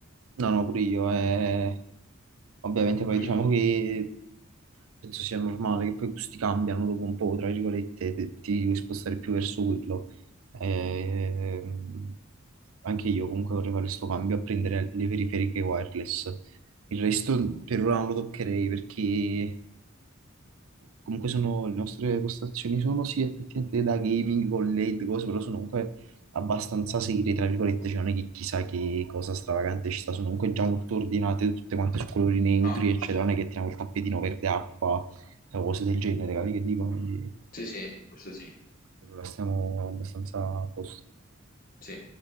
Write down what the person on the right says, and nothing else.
No, no, pure io. eh, Ovviamente poi
diciamo
che penso sia normale che poi i gusti cambiano dopo un po', tra virgolette, te- ti devi spostare più verso quello. Ehm, anche io comunque vorrei fare questo cambio a prendere le periferiche wireless. Il resto per ora non lo toccherei perché eh, comunque sono, le nostre postazioni sono sì effettivamente da gaming con LED, cose, però sono comunque abbastanza serie, tra virgolette, cioè non è che chissà che cosa stravagante ci sta, sono comunque già molto ordinate, tutte quante su colori neutri,
eccetera,
non è che tiriamo il tappetino verde acqua o cose del genere, capi che dico? Quindi,
per ora stiamo abbastanza a posto.